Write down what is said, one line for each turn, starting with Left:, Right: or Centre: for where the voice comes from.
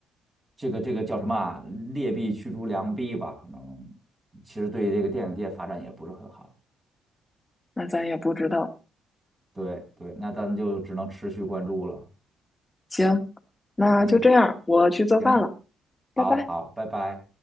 Right: 这个这个叫什么啊劣币驱逐良币吧，可能其实对这个电影界发展也不是很好。
Left: 那咱也不知道。
Right: 对对，那咱就只能持续关注了。
Left: 行，那就这样，
Right: 嗯，
Left: 我去做饭了，
Right: 行，好好，
Left: 拜拜。
Right: 拜拜。